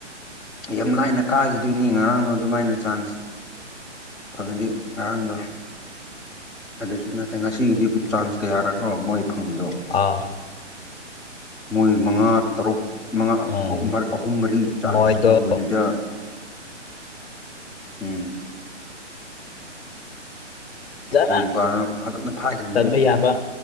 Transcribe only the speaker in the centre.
ꯌꯥꯝ ꯂꯥꯏꯅ ꯀꯥꯈꯤꯗꯣꯏꯅꯤ ꯉꯔꯥꯡꯗꯣ ꯑꯗꯨꯃꯥꯏꯅ ꯆꯥꯟꯖ ꯐꯪꯉꯗꯤ ꯉꯔꯥꯡꯗꯣ ꯑꯗꯨꯖꯨ ꯅꯠꯇꯦ ꯉꯁꯤꯒꯤꯗꯤ ꯆꯥꯟꯖ ꯀꯌꯥꯔꯛꯔꯣ ꯃꯣꯏ ꯐꯪꯕꯗꯣ
ꯃꯣꯏꯅ ꯃꯉꯥ- ꯇꯔꯨꯛ ꯃꯉꯥ
ꯑꯍꯨꯝ ꯃꯔꯤ ꯆꯥꯟꯖ
ꯐꯪꯕꯗꯨꯗ INAUDIBLE
ꯒꯣꯜ ꯀꯤꯄꯔꯅ ꯐꯖꯅ ꯐꯥꯈꯤꯕꯗꯣ